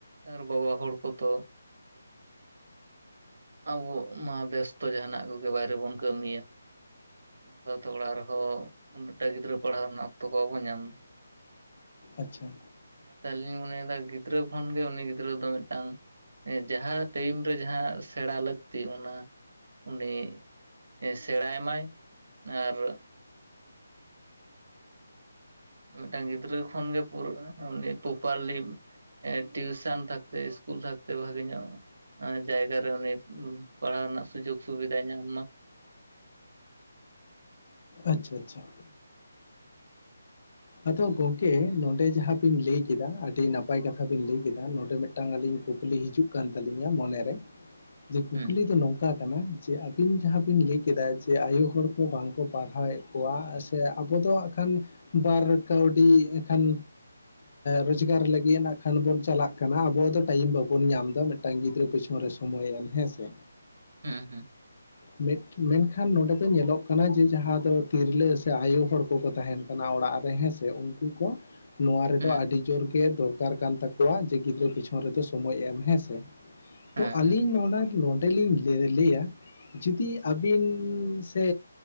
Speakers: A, on the right; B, on the left.
A: ᱟᱨ ᱵᱟᱵᱟ ᱦᱚᱲ ᱠᱚ ᱛᱚ ᱟᱵᱚ ᱢᱟ ᱵᱮᱥᱛᱚ ᱡᱟᱦᱟᱱᱟᱜ ᱠᱚ ᱜᱮ ᱵᱟᱭᱨᱮ ᱵᱚᱱ ᱠᱟᱹᱢᱤᱭᱟ ᱱᱚᱝᱠᱟ ᱛᱚ ᱚᱲᱟᱜ ᱨᱮ ᱦᱚᱸ ᱩᱱᱟᱹᱜᱴᱟ ᱜᱤᱫᱽᱨᱟᱹ ᱯᱟᱲᱦᱟᱣ ᱨᱮᱱᱟᱜ ᱚᱠᱛᱚ ᱠᱚ ᱵᱟᱵᱚᱱ ᱧᱟᱢ ᱮᱫᱟ
B: ᱟᱪᱪᱷᱟ
A: ᱚᱱᱟᱛᱮ ᱟᱹᱞᱤᱧ ᱢᱚᱱᱮᱭ ᱮᱫᱟ ᱜᱤᱫᱽᱨᱟᱹ ᱠᱷᱚᱱ ᱜᱮ ᱩᱱᱤ ᱜᱤᱫᱽᱨᱟᱹ ᱫᱚ ᱢᱤᱫᱴᱟᱝ ᱡᱟᱦᱟᱸ ᱴᱟ‌ᱭᱤᱢ ᱨᱮ ᱡᱟᱦᱟᱸ ᱥᱮᱬᱟ ᱞᱟᱹᱠᱛᱤ ᱚᱱᱟ ᱩᱱᱤ ᱮ... ᱥᱮᱬᱟᱭ ᱢᱟᱭ ᱟᱨ ᱢᱤᱫᱴᱟᱝ ᱜᱤᱫᱽᱨᱟᱹ ᱠᱷᱚᱱᱜᱮ ᱯᱩᱨᱟᱜᱼᱟ ᱩᱱᱤ ᱯᱚᱯᱟᱨᱞᱤ ᱴᱤᱭᱩᱥᱟ. ᱱ ᱛᱟᱠᱛᱮ ᱤᱥᱠᱩᱞ ᱛᱟᱠᱛᱮ ᱵᱷᱟ. ᱜᱤ ᱧᱚᱜ᱾ ᱡᱟᱭᱜᱟᱨᱮ ᱩᱱᱤ ᱯᱟᱲᱦᱟᱣ ᱨᱮᱱᱟᱜ ᱥᱩᱡᱳᱜ ᱥᱩᱵᱤᱫᱷᱟᱭ ᱧᱟᱢ ᱢᱟ
B: ᱟᱪᱷᱟ ᱟᱪᱷᱟ ᱟᱫᱚ ᱜᱚᱝᱠᱮ ᱱᱚᱸᱰᱮ ᱡᱟᱦᱟᱸ ᱵᱤᱱ ᱞᱟᱹᱭ ᱠᱮᱫᱟ ᱟᱹᱰᱤ ᱱᱟᱯᱟᱭ ᱠᱟᱛᱷᱟ ᱵᱤᱱ ᱞᱟᱹᱭ ᱠᱮᱫᱟ ᱱᱚᱰᱮ ᱢᱤᱫ ᱴᱟᱝ ᱟᱹᱞᱤᱧ ᱠᱩᱠᱞᱤ ᱦᱤᱡᱩᱜ ᱠᱟᱱ ᱛᱟᱹᱞᱤᱧᱟ ᱢᱚᱱᱮᱨᱮ ᱡᱮ ᱠᱩᱠᱞᱤ
A: ᱦᱩᱸ
B: ᱫᱚ ᱱᱚᱝᱠᱟ ᱠᱟᱱᱟ ᱡᱮ ᱟᱹᱵᱤᱱ᱾ ᱡᱟᱦᱟᱸ ᱵᱤᱱ ᱞᱟᱹᱭ ᱠᱮᱫᱟ ᱡᱮ ᱟᱭᱳ ᱦᱚᱲ ᱠᱚ ᱵᱟᱝᱠᱚ ᱯᱟᱲᱦᱟᱣᱮᱫ ᱠᱚᱣᱟ ᱥᱮ ᱟᱵᱚ ᱫᱚ ᱦᱟᱸᱜ ᱠᱷᱟᱱ ᱵᱟᱨ ᱠᱟᱹᱣᱰᱤ ᱮᱱᱠᱷᱟᱱ ᱨᱳᱡᱽᱜᱟᱨ ᱞᱟᱹᱜᱤᱫ ᱮᱱᱟᱜ ᱠᱷᱟᱱ ᱵᱚᱱ ᱪᱟᱞᱟᱜ ᱠᱟᱱᱟ ᱟᱵᱚ ᱫᱚ ᱴᱟᱭᱤᱢ ᱵᱟᱵᱚᱱ ᱧᱟᱢ ᱮᱫᱟ ᱢᱤᱫᱴᱟᱝ ᱜᱤᱫᱽᱨᱟᱹ ᱯᱤᱪᱷᱚᱱ ᱨᱮ ᱥᱚᱢᱚᱭ ᱮᱢ ᱦᱮᱸ ᱥᱮ᱾
A: ᱦᱮᱸ ᱦᱮᱸ
B: ᱢᱮᱛ ᱢᱮᱱᱠᱷᱟᱱ ᱱᱚᱰᱮ ᱫᱚ ᱧᱮᱞᱚᱜ ᱠᱟᱱᱟ ᱡᱮ ᱡᱟᱦᱟᱸ ᱫᱚ ᱛᱤᱨᱞᱟᱹ ᱥᱮ ᱟᱭᱚ ᱦᱚᱲ ᱠᱚᱠᱚ ᱛᱟᱦᱮᱱ ᱠᱟᱱᱟ ᱚᱲᱟᱜ ᱨᱮ ᱦᱮᱸ ᱥᱮ᱾ ᱛᱮ ᱩᱱᱠᱩ ᱠᱚ ᱱᱚᱣᱟ ᱨᱮᱫᱚ
A: ᱦᱩᱸ
B: ᱟᱹᱰᱤ ᱡᱳᱨ ᱜᱮ ᱫᱚᱨᱠᱟᱨ ᱠᱟᱱ ᱛᱟᱠᱚᱣᱟ ᱡᱮ ᱜᱤᱫᱽᱨᱟᱹ ᱯᱤᱪᱷᱚᱱ ᱨᱮᱫᱚ ᱥᱚᱢᱚᱭ ᱮᱢ ᱦᱮᱸ ᱥᱮ᱾
A: ᱦᱮᱸ
B: ᱛᱚ ᱟᱹᱞᱤᱧ
A: ᱦᱮᱸ
B: ᱱᱚᱸᱰᱮ ᱱᱚᱸᱰᱮ ᱞᱤᱧ ᱞᱟᱹ ᱞᱟ. ᱭᱟ᱾ ᱡᱩᱫᱤ ᱟᱹᱵᱤᱱ ᱥᱮ